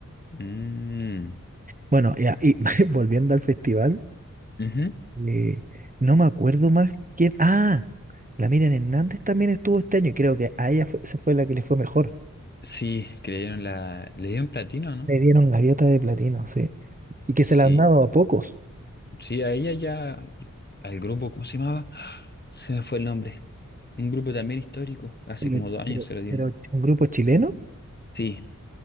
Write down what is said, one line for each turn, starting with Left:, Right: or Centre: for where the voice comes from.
Left: Mm,
Right: Bueno, ya, y <laughs> volviendo al festival,
Left: ujú.
Right: eh, no me acuerdo más quién. Ah, la Miriam Hernández también estuvo este año y creo que a ella fue- esa fue la que le fue mejor.
Left: Sí, que le dieron la, le dieron platino, ¿no?
Right: Le dieron gaviota de platino, sí. y que
Left: Sí,
Right: se la han dado a pocos.
Left: sí, a ella ya, al grupo, ¿cómo se llamaba? <gasps> Se me fue el nombre. Un grupo también histórico, hace
Right: Pero,
Left: como dos años
Right: pero,
Left: se lo dieron.
Right: pero un grupo chileno,
Left: Sí,